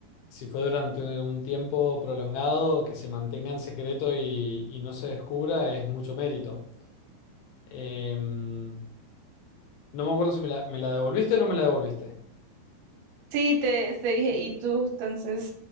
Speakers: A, on the left; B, on the right.
A: si fue durante un tiempo prolongado, que se mantenga en secreto y, y no se descubra es mucho mérito. Em, no me acuerdo si me la, me la devolviste o no me la devolviste.
B: Sí, te, te dije, ¿y tú? Entonces,